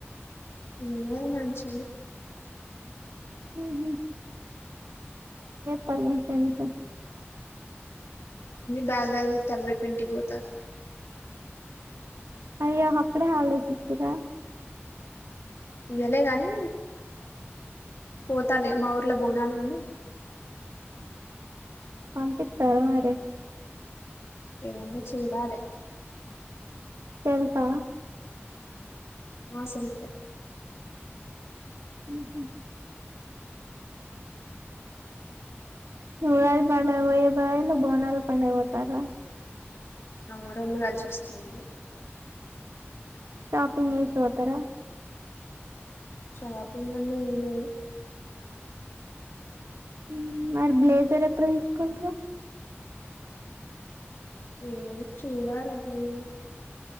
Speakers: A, on the left; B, on the right.
A: ఇ మనుషని
B: ఉహు పని చేశా
A: బ్యాగగ తే పెంంటిింగ్ ఉత
B: అయ్యో అప్పుడే హాలిడేస్ ఈచార
A: ఇవలే గాని పోతాలి మా ఊర్లో బోనాలు ఇ
B: పంపితే లే మర్రి
A: ఎమ్మో చోడలా
B: తెల్సా
A: ఆసలుతే
B: ఉహు ఉగాది పండుగక్ పోయే బదులు బోనాల పండుగక్ పోతర్రా
A: అ రోండు కలిషస్తాన్నయి ఇగ
B: షాపింగ్ చేసి పొతర
A: షాపింగ్ అన్నాదేంలేద్
B: ఉ మరి బ్లేజర్ ఎప్పుడు తీసుకుంట్రు
A: వీల్న్ చూడాలే గ్రిన్